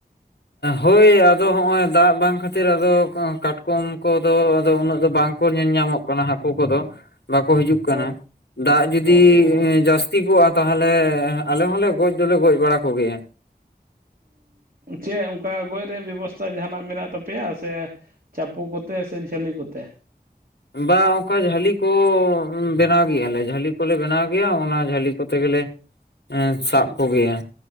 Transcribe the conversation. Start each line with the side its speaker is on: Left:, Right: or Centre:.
Left: ᱦᱳᱭ ᱟᱫᱚ ᱦᱚᱸᱜ ᱚᱭ ᱫᱟᱜ ᱵᱟᱝ ᱠᱷᱟᱹᱛᱤᱨ ᱟᱫᱚ ᱠᱟᱴᱠᱚᱢ ᱠᱚᱫᱚ ᱩᱱᱟᱹᱜ ᱫᱚ ᱵᱟᱝ ᱠᱚ ᱧᱮᱞ ᱧᱟᱢᱚᱜ ᱠᱟᱱᱟ ᱦᱟᱹᱠᱩ ᱠᱚᱫᱚ ᱵᱟᱠᱚ ᱦᱤᱡᱩᱜ
Right: ᱚ
Left: ᱠᱟᱱᱟ ᱫᱟᱜ ᱡᱩᱫᱤ
Right: ᱚ ᱚ
Left: ᱡᱟᱹᱥᱛᱤ ᱞᱟᱹᱠᱛᱤ ᱠᱚᱜᱼᱟ ᱛᱟᱦᱚᱞᱮ ᱟᱞᱮ ᱦᱚᱸᱞᱮ ᱜᱚᱡ ᱫᱚᱞᱮ ᱜᱚᱡ ᱵᱟᱲᱟ ᱠᱚᱜᱮᱭᱟ
Right: ᱪᱮᱫ ᱚᱱᱠᱟ ᱜᱚᱡ ᱨᱮᱭᱟᱜ ᱵᱮᱵᱚᱥᱛᱷᱟ ᱡᱟᱦᱟᱱᱟᱜ ᱢᱮᱱᱟᱜ ᱛᱟᱯᱮᱭᱟ ᱥᱮ ᱪᱟᱯᱚ ᱠᱚᱛᱮ ᱥᱮ ᱡᱷᱟᱹᱞᱤ ᱠᱚᱛᱮ
Left: ᱵᱟ ᱚᱱᱠᱟ ᱡᱷᱟᱹᱞᱤ ᱠᱚ ᱵᱮᱱᱟᱣ ᱜᱮᱭᱟ ᱞᱮ, ᱡᱷᱟᱹᱞᱤ ᱠᱚᱞᱮ ᱵᱮᱱᱟᱣ ᱜᱮᱭᱟ ᱚᱱᱟ ᱡᱷᱟᱹᱞᱤ ᱠᱚᱛᱮ ᱜᱮᱞᱮ ᱮᱸ ᱥᱟᱵ ᱠᱚᱜᱮᱭᱟ᱾